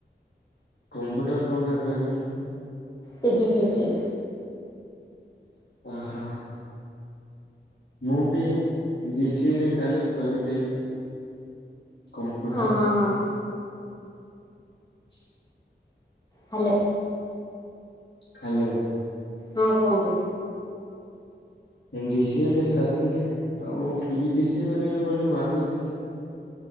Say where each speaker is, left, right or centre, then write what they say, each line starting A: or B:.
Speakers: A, on the left; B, on the left.
A: କମ୍ପ୍ୟୁଟର କୋଉଟା କରିଛନ୍ତି?
B: ପିଜିଡିସିଏ
A: ଓହୋ ମୁଁ ବି ପିଜି ସିିଡି ଖାଲି କରିଦେଇଛି। କମ୍ପ୍ୟୁଟର
B: ଅହଁ ହଁ ହଁ
A: <unintelligible>
B: ହ୍ୟାଲୋ
A: ହାଲୋ
B: ହଁ କୁହନ୍ତୁ।
A: ଏନଡିସିଏ <inaudible> ସାରିଲି ଆଉ ପିଜିଡିସି କରିବି ବୋଲି ଭାବଥିଲି।